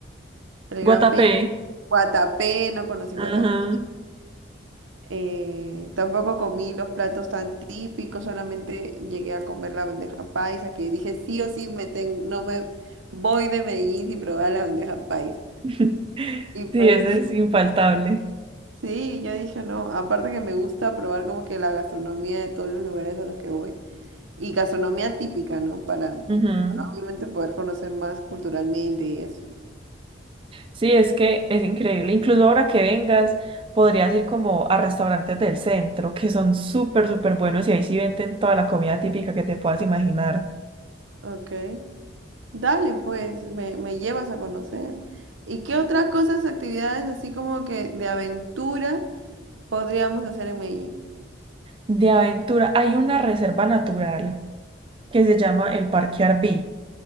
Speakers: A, on the right; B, on the right.
A: el
B: Guatapé.
A: Gran Peñón, Guatapé, no conocí Guatapé.
B: Ajá.
A: Eh, tampoco comí los platos tan típicos, solamente llegué a comer la bandeja paisa, que dije sí o sí me ten- no me voy de Medellín sin probar la bandeja paisa.
B: <laughs>
A: Y pues
B: Sí, ese es infaltable.
A: Sí, yo dije no. Aparte que me gusta probar como que la gastronomía de todos los lugares a los que voy. Y gastronomía típica, ¿no? Para
B: Ujú.
A: obviamente poder conocer más culturalmente y eso.
B: Sí, es que es increíble. Incluso ahora que vengas, podrías ir como a restaurantes del centro, que son súper, súper buenos y ahí sí venden toda la comida típica que te puedas imaginar.
A: Ok. Dale, pues, me, me llevas a conocer. ¿Y qué otras cosas, actividades así como que de aventura podríamos hacer en Medellín?
B: De aventura, hay una reserva natural que se llama el Parque Arví.